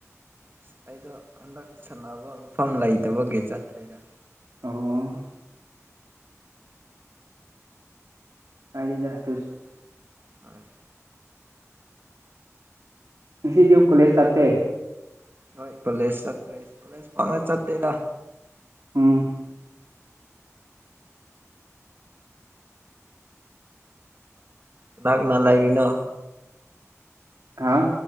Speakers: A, on the right; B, on the right.
A: ꯑꯁ ꯑꯩꯗꯣ ꯍꯟꯗꯛ ꯁꯥꯟꯅꯕ ꯃꯐꯝ ꯂꯩꯇꯕꯒꯤ ꯆꯠꯇ꯭ꯔꯦꯗ
B: <unintelligible> ꯑꯣ ꯀꯥꯏꯗꯦꯗꯥ ꯗꯨꯁꯨ
A: ꯍꯣꯏ
B: ꯉꯁꯤꯗ꯭ꯌꯨ ꯀꯣꯂꯦꯖ ꯆꯠꯇꯦ
A: ꯍꯣꯏ ꯄꯂꯦꯁ ꯆꯠꯇ꯭ꯔꯦꯁ ꯀꯣꯂꯦꯖ ꯄꯛꯅ ꯆꯠꯇꯦꯗ
B: ꯎꯝ
A: ꯀꯅꯥ ꯀꯅꯥ ꯂꯩꯔꯤꯅꯣ?
B: ꯈꯥ